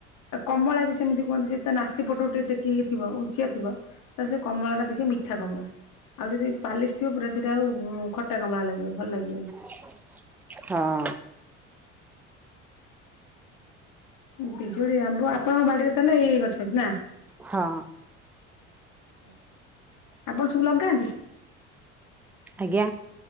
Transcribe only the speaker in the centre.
<inaudible> ହଁ।
ହଁ।
ଆଜ୍ଞା।